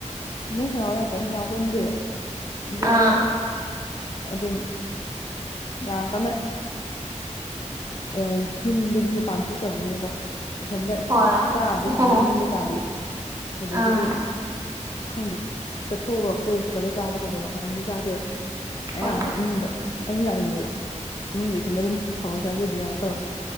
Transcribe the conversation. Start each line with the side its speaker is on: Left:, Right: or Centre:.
Left: ꯀꯨꯝꯍꯩ ꯍꯔꯥꯎ ꯌꯥꯝ ꯀꯟꯅ ꯌꯥꯎꯒꯟꯗꯦꯕ ꯑꯗꯨꯅ
Right: ꯑꯥ
Left: ꯑꯗꯨꯝ ꯌꯥꯝ ꯀꯟꯅ ꯑ ꯌꯨꯝꯗꯒꯤ ꯃꯄꯥꯟ ꯊꯣꯛꯇ꯭ꯔꯕꯅꯤꯅꯀꯣ ꯏꯊꯟꯗ
Right: ꯍꯣꯏ
Left: ꯆꯥꯔꯁꯨ
Right: ꯑꯣꯍꯣ
Left: ꯏꯊꯟꯗ ꯏꯃꯨꯡꯗ ꯆꯥꯕꯤ ꯑꯗꯒꯤꯗꯤ
Right: ꯑꯥ
Left: ꯈꯪꯗꯦ ꯆꯠꯊꯣꯛꯑꯒ ꯀꯣꯏꯔ ꯆꯠꯂꯒ ꯆꯥꯕ ꯀꯥꯗꯣ ꯌꯥꯝ ꯀꯟꯅꯗꯤ ꯆꯥꯗꯦꯕ ꯑꯌꯥꯝꯕꯅ
Right: ꯍꯣꯏ
Left: ꯏꯃꯨꯡꯗ ꯑꯩꯅ ꯆꯥꯅꯤꯡꯕꯖꯦ ꯏꯃꯨꯡꯗ ꯏꯊꯟꯗ ꯑꯗꯨꯝ ꯍꯧꯔ ꯆꯥꯖꯕꯤ ꯉꯥꯛ ꯇꯧꯋꯦ